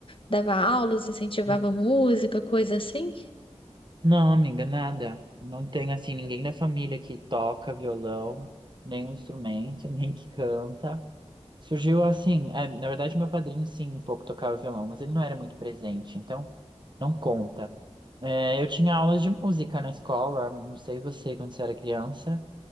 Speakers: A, on the left; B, on the right.
A: dava aulas, incentivava
B: uhum.
A: música, coisa assim?
B: Não, amiga, nada. Não tem, assim, ninguém da família que toca violão, nem um instrumento, <laughs> nem que canta. Surgiu assim, é, na verdade meu padrinho sim, um pouco tocava violão, mas ele não era muito presente, então não conta. É, eu tinha aulas de música na escola, não sei você, quando você era criança,